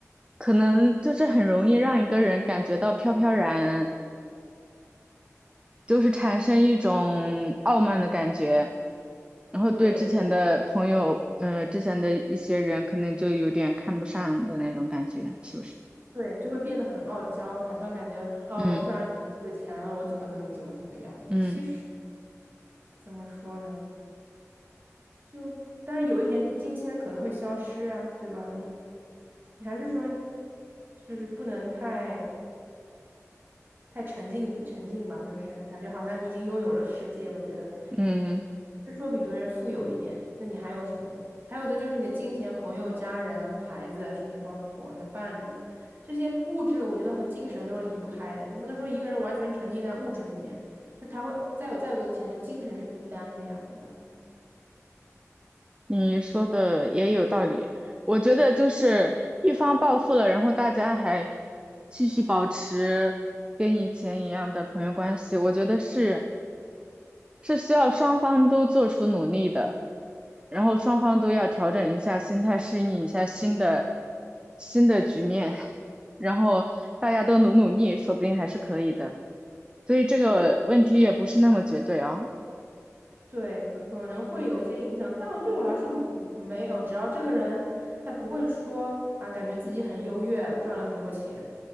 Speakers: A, on the right; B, on the right.
A: 可能就是很容易让一个人感觉到飘飘然。就是产生一种傲慢的感觉，然后对之前的朋友，
B: 对。
A: 嗯，之前的一些人可能就有点看不上的那种感觉，是不是？
B: 对，就会变得很傲娇，好像感觉啊，
A: 嗯
B: 我突然有钱了，我怎么怎么怎么怎么样？
A: 嗯
B: 其实怎么说呢？就但是有一天金钱可能会消失啊，对吧？你你还是说，就是不能太。太沉浸沉浸吧，就是感觉好像你已经拥有了世界。我觉得，
A: 嗯
B: 是说比别人富有一点，那你还有什么呢？还有的就是你的金钱、朋友、家人、孩子，甚至包括你的伴侣，这些物质，我觉得和精神都是离不开的。你不能说一个人完全沉浸在物质里面，那他会再有再多的钱，他精神是孤单的呀，对吧？
A: 你说的也有道理，我觉得就是一方暴富了，然后大家还继续保持跟以前一样的朋友关系，我觉得是是需要双方都做出努力的，然后双方都要调整一下心态，适应一下新的新的局面，然后大家都努努力，说不定还是可以的。所以这个问题也不是那么绝对啊。
B: 对，对，可能会有一些影响，但对我来说嗯没有。只要这个人他不会说啊，感觉自己很优越，赚了很多钱，